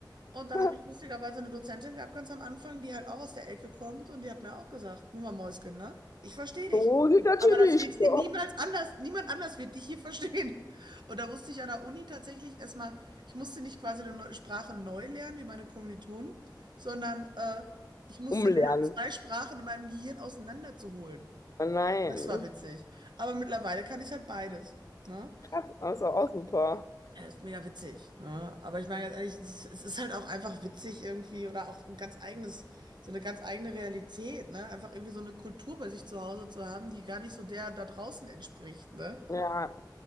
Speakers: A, on the right (about 75°); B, on the left (about 45°).
A: Und dann
B: <laughs>
A: habe ich lustigerweise eine Dozentin gehabt, ganz am Anfang, die halt auch aus der Ecke kommt. Und die hat mir auch gesagt, Mama Mäuschen, ne? Ich verstehe dich.
B: So geht das
A: Aber
B: hier
A: das
B: nicht.
A: wird hier
B: So.
A: niemals anders, niemand anders wird dich hier verstehen. Und da musste ich an der Uni tatsächlich erstmal, ich musste nicht quasi eine neue Sprache neu lernen, wie meine Kommilitonen, sondern äh, ich musste
B: Umlernen.
A: lernen, zwei Sprachen in meinem Gehirn auseinanderzuholen.
B: Oh Nein.
A: Das war witzig. Aber mittlerweile kann ich halt beides. Ne?
B: Krass, also auch super.
A: Ja, ist mega witzig. Ne? Aber ich meine ganz ehrlich, es ist, es ist halt auch einfach witzig irgendwie oder auch ein ganz eigenes, so eine ganz eigene Realität, ne? Einfach irgendwie so eine Kultur bei sich zu Hause zu haben, die gar nicht so der da draußen entspricht, ne?
B: Ja.